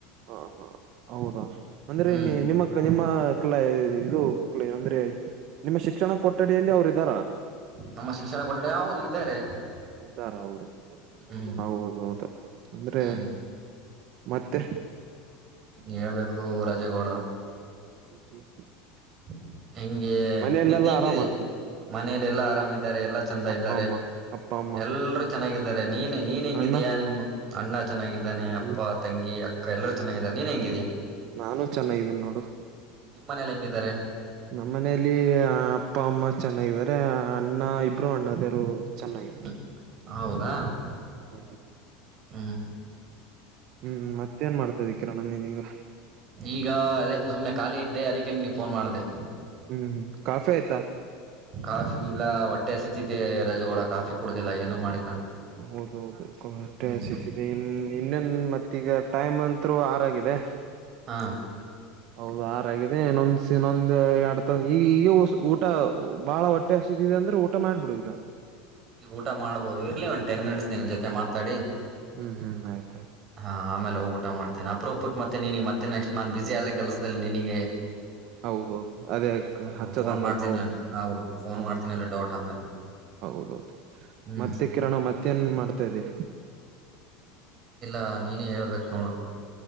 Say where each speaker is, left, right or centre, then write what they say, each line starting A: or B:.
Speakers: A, on the right; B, on the right.
A: ಹಾ ಹಾ ಹೌದಾ ಅಂದ್ರೆ
B: ಹ್ಮ್
A: ನಿ ನಿಮ್ಮ ನಿಮ್ಮ ಕ್ಲೆ ಇದು ಕ್ಲೇ ಅಂದ್ರೆ <inaudible> ನಿಮ್ಮ ಶಿಕ್ಷಣ ಕೊಠಡಿಯಲ್ಲಿ ಅವರಿದಾರಾ
B: ನಮ್ಮ ಶಿಕ್ಷಣ ಕೊಠಡಿ ಹೌದು ಇದ್ದಾರೆ
A: ಇದ್ದಾರ ಅವರು
B: ಹ್ಮ್
A: ಹೌದೌದು ಅಂದ್ರೆ
B: ಹ್ಮ್
A: ಮತ್ತೆ.
B: ಹೇಳಬೇಕು ರಾಜೇಗೌಡ.
A: <inaudible>
B: <inaudible> ಹೆಂಗೆ
A: ಮನೆಯಲ್ಲೆಲ್ಲಾ
B: ನಿಂದ ಹೆಂಗಿದೆ.
A: ಆರಾಮ
B: ಮನೇಲೆಲ್ಲಾ ಆರಾಮ. ಾರೆ ಎಲ್ಲಾ ಚಂದ
A: ಅಪ್ಪ
B: ಇದಾರೆ
A: ಅಮ್ಮ ಅಪ್ಪ ಅಮ್ಮ
B: ಎಲ್ರೂ ಚೆನ್ನಾಗಿದ್ದಾರೆ. ನೀನ್ ನೀನ್ ಹೆಂಗಿದೀಯಾ
A: ಅಣ್ಣ
B: ನಿಮ್ಮ ಅಣ್ಣ ಚೆನ್ನಾಗಿದ್ದಾನೆ ಅಪ್ಪ
A: ಹ್ಮ್
B: ತಂಗಿ ಅಕ್ಕ ಎಲ್ಲರ. ಚೆನಾಗಿದ್ದಾರೆ ನೀನ್ ಹೆಂಗೀದಿಯಾ.
A: ನಾನು ಚೆನ್ನಾಗಿದ್ದೀನಿ ನೋಡು.
B: ಹ್ಮ್ ನಿಮ್ ಮನೇಲಿ ಹೆಂಗಿದ್ದಾರೆ
A: ನಮ್ಮ ಮನೆಯಲ್ಲಿ ಅಪ್ಪ ಅಮ್ಮ ಚೆನ್ನಾಗಿದ್ದಾರೆ ಅಣ್ಣ ಇಬ್ರು ಅಣ್ಣದಿರು. ಚೆನ್ನಾಗಿದ್ದಾರೆ.
B: ಹ್ಮ್ ಹೌದಾ
A: ಹ್ಮ.
B: ಹ್ಮ್.
A: ಹ್ಮ್ ಮತ್ತೇನ್ ಮಾಡ್ತ. ಸದ ಕಿರಣ ನೀನಿಗ.
B: ಈಗ ಅದೇ ಸುಮ್ನೆ ಖಾಲಿ ಇದ್ದೆ ಅದಕ್ಕ. ಕೆ ನಿನ್ಗ ಫೋನ್ ಮಾಡ್ದೆ.
A: ಹ್ಮ್ ಹ್ಮ್ ಕಾಫಿ ಆಯತಾ.
B: ಕಾಫಿ ಇಲ್ಲ ಹೊಟ್ಟೆ ಹಸತಿದ್ದೆ ರಾಜುಗೌಡ ಕಾಫಿ ಕುಡದಿಲ್ಲ ಏನು ಮಾಡಿಲ್ಲ.
A: ಹೌದ ಹೌದು ಹೊಟ್ಟೆ
B: ಹ್ಮ್
A: ಹಸಿತಿದೆ ಇನ್ ಇನ್ನನ್ ಮತ್ತೆ. ಈಗ ಟೈಮ್ ಅಂತ್ರು ಆರಾಗಿದೆ.
B: ಹಾ.
A: ಹೌದು ಆರಾಗಿದೆ ಇನ್ನೊಂದ್ಸನ್ನೊಂದ್ ಎರಡ್ ತ ಈಗ ಈಗ ಊಟ ಬಾಳ ಹೊಟ್ಟೆ ಹಸಿದಿದೆ ಅಂದ್ರೆ ಊಟ ಮಾಡ್ಬಿಡು ಈಗ.
B: ಈ ಊಟ ಮಾಡ್ಬೋದು ಇರ್ಲಿ ಉಂ. ಟೆನ್ ಮಿನಿಟ್ಸ್ ನಿನ್ ಜೊತೆ ಮಾತಾಡಿ.
A: ಹ್ಮ್ ಹ್ಮ್ ಆಯತ.
B: ಹಾ ಆಮೇಲೆ ಊಟ ಮಾಡ್ತ. ಮ ಅಪರೂಪ ಮತ್ತೆ ನೀ ಮತ್ತೆ ನೆಕ್ಸ್ಟ್ ನಾನ್ ಬಿಜಿ ಆದ್ರ ಕೆಲಸದಲ್ಲಿ ನಿನಿಗೆ.
A: ಹೌದೌದು ಅದೇ ಹಚ್ಚದ
B: ಫೋನ್
A: ಆಗಲ್ಲ
B: ಮಾಡ್ತೀನಿ
A: ಹೌದು
B: ಹೌದು ಫೋನ್
A: ಹೌದು
B: ಮಾಡ್ತೀನಿ ಅಲ್ಲ ಡೌಟ್ ಆಮೇಲೆ
A: ಹೌದೌದು
B: ಹ್ಮ್
A: ಮತ್ತೆ ಕಿರಣ ಮತ್ತೇನ್ ಮಾಡ್ತಾ ಇದೀಯ.
B: ಾ ನೀನೇ ಹೇಳ್ಬೇಕ್ ನೋಡು.